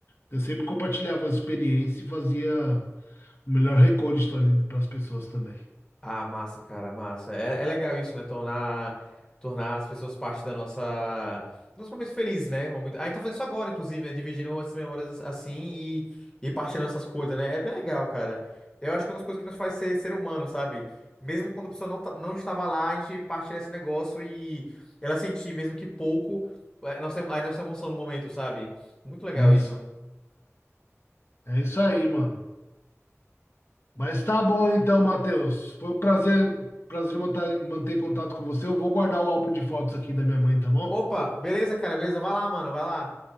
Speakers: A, on the left; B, on the left.
A: eu sempre compartilhava as experiências e fazia o melhor recorde ali para as pessoas também.
B: Ah, massa, cara, massa. É, é legal isso, né? Tornar, tornar as pessoas parte da nossa. Nosso momento feliz, né? Um Momento- A gente tá fazendo isso agora, inclusive, né? Dividindo essas memórias assim e, e partilhando essas coisas, né? É bem legal, cara. Eu acho que é uma das coisas que nos faz ser, ser humano, sabe? Mesmo quando a pessoa não, tá- não estava lá, a gente partilha esse negócio e ela sentir, mesmo que pouco, é, a nossa, a nossa emoção no momento, sabe? Muito legal
A: Isso.
B: isso.
A: É, é isso aí, mano. Mas tá bom então, Matheus. Foi um prazer, prazer manter, manter contato com você. Eu vou guardar o álbum de fotos aqui da minha mãe, tá bom?
B: Opa, beleza, cara, beleza? Vai lá, mano, vai lá.